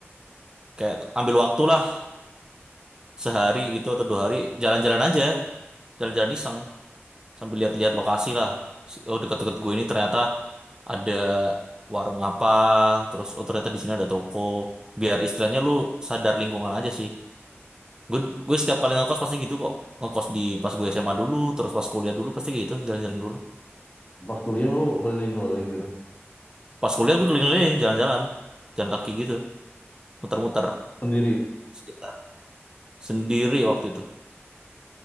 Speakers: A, on the right; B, on the left.
A: kayak ambil waktu lah sehari gitu atau dua hari jalan-jalan aja jalan-jalan iseng sambil lihat-lihat lokasi lah Si- oh deket-deket gue ini ternyata ada warung apa terus oh ternyata di sini ada toko biar istilahnya lu sadar lingkungan aja sih Gue gue setiap kali ngekos pasti gitu kok. Ngekos di pas gue SMA dulu, terus pas kuliah dulu pasti gitu, jalan-jalan dulu.
B: Pas kuliah lu keliling-keliling gitu,
A: Pas kuliah gue keliling-keliling, jalan-jalan. Jalan kaki gitu, muter-muter
B: sendiri.
A: sekitar sendiri waktu itu.